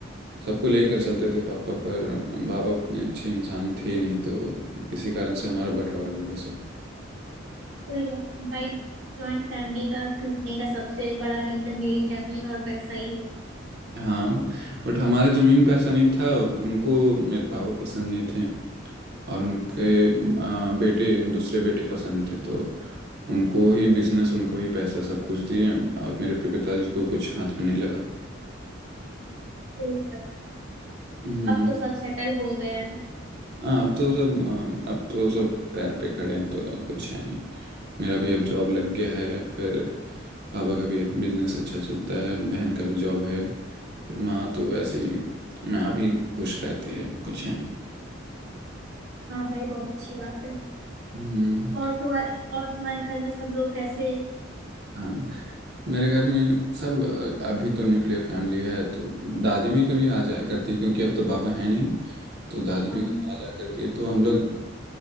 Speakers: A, on the right; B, on the right.
A: सबको लेकर चलते थे पापा पर बाबा उतने अच्छे इंसान थे नहीं तो इसी कारण से हमारा बंटवारा हो गया सब
B: कोई बात नहीं भाई जॉइंट फैमिली का टूटने का सबसे बड़ा रीजन यही जमीन और पैसा ही है
A: हाँ बट हमारे ज़मीन पे ऐसा नहीं था उनको मेरे पापा पसंद नहीं थे और उनके आ, बेटे दूसरे बेटे पसंद थे तो उनको ही बिजनेस उनको ही पैसा सब कुछ दिए और मेरे पिताजी को कुछ हाथ में नहीं लगा
B: तो
A: हम्म,
B: अब तो सब सेटल हो गया है
A: हाँ अब तो सब हाँ, अब तो सब पैर पे खड़े हैं तो अब कुछ है नहीं मेरा भी अब जॉब लग गया है फिर पापा का भी बिजनेस अच्छा चलता है बहन का भी जॉब है फिर माँ तो वैसे ही माँ भी खुश रहती है अब कुछ है नहीं
B: हाँ भाई बहुत अच्छी बात है
A: हम्म
B: और तुम्हारे और तुम्हारे घर में सब लोग कैसे हैं?
A: हाँ मेरे घर में सब अ, अभी तो न्यूक्लियर फैमिली है तो दादी भी कभी आ जाया करती है क्योंकि अब तो बाबा है नहीं तो दादी भी
B: हाँ
A: कभी आ जाया करती है तो हम लोग